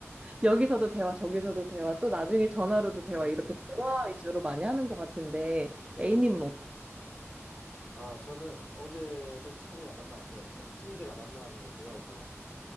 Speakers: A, on the right; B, on the left.
A: 여기서도 대화, 저기서도 대화, 또 나중에 전화로도
B: 음,
A: 대화 이렇게 대화 위주로 많이 하는 것 같은데
B: 네네.
A: A님은 어떠세요?
B: 아, 저는 어제도 친구랑 만나는데, 저는 친구들이랑 만나는 걸 좋아해서,